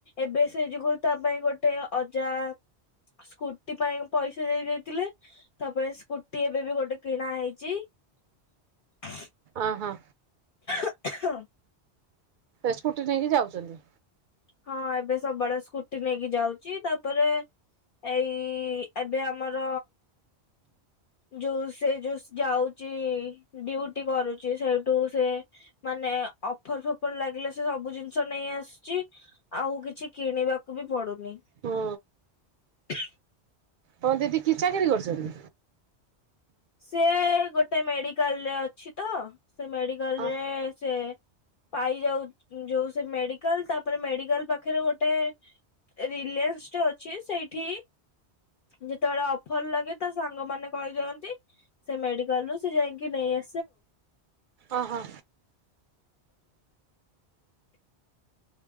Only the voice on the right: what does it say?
ଅ ହଁ।
ସ୍କୁଟି ନେଇକି ଯାଉଛନ୍ତି।
ହୁଁ
ହଁ ଦିଦି କି ଚାକିରି କରୁଛନ୍ତି?
ଅ
ଓହୋ।